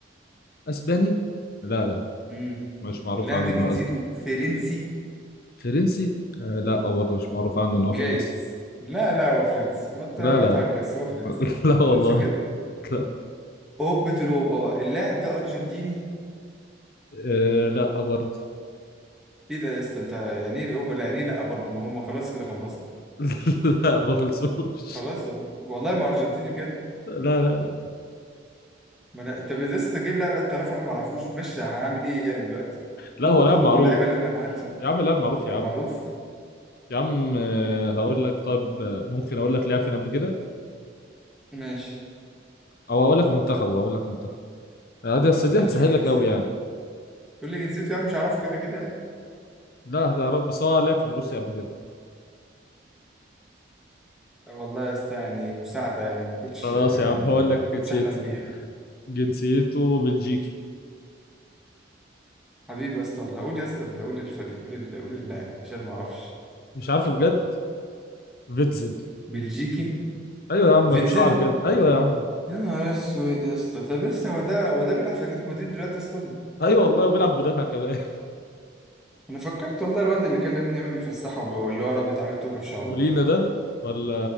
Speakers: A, on the left; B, in the centre.
A: اسباني لا لا
B: امم
A: مش معروف
B: اللاعب
A: عنه
B: ده
A: ان
B: جنسيته
A: هو اسباني
B: فرنسي
A: فرنسي آه لا برضه مش معروف عنه ان
B: جايز
A: هو فرنسي
B: لا لا هو فرنسي ما انت
A: لا
B: ما
A: لا
B: تهجس هو فرنسي
A: <laughs> لا والله
B: فرنسي بجد
A: لا
B: اوبة الاوبا بقى اللاعب ده ارجنتيني
A: آه لا برضه
B: ايه ده يا اسطى انت يعني ايه الاوبا لا يعني ايه لا برضه ما هم خلاص كده خلصنا
A: <laughs> لا ما خلصوش
B: خلاص والله والله ما ارجنتيني بجد
A: لا لا لا
B: ما انا طب يا اسطى تجيب لاعب انت عارف انا ما اعرفوش ماشي هنعمل ايه يعني دلوقتي
A: لا
B: وجو
A: هو
B: دوره
A: لاعب معروف
B: واللعيبه اللي احنا ما حدش
A: يا عم لاعب معروف
B: طب
A: يا عم
B: معروف
A: يا عم آه، هقول لك طيب آه، ممكن اقول لك لعب فين قبل كده
B: ماشي
A: او هقول لك المنتخب وهقول لك منتخب آه، دي بس دي
B: ماشي
A: هتسهل
B: قول لي
A: لك
B: جنسيته
A: قوي يعني
B: قول لي جنسيته يا عم مش هعرفه كده كده يعني
A: لا هتعرف بس هو لعب في بروسيا قبل كده
B: والله يا اسطى يعني مساعدة يعني ما كنتش
A: خلاص
B: ما
A: يا
B: يعني
A: عم هقول لك
B: ما كنتش
A: جنسيته
B: أحلم بيها
A: جنسيته بلجيكي
B: حبيبي يا اسطى والله قول يا اسطى قول الفريق قول ال- قول اللاعب عشان ما أعرفش
A: مش عارفه بجد فيتزل
B: بلجيكي
A: ايوه يا عم
B: فيتزل
A: بشعر كده ايوه يا عم
B: يا نهار اسود يا اسطى طب لسه هو ده هو ده بيلعب في اتلتيكو مدريد دلوقتي اصلا
A: ايوه والله وبيلعب مدافع كمان
B: انا فكرت والله الواد اللي كان لامين يامال بيفسحه وب- اللي هو رابط عامل توكه
A: <laughs>
B: في شعره
A: مولينا
B: ده
A: ده ولا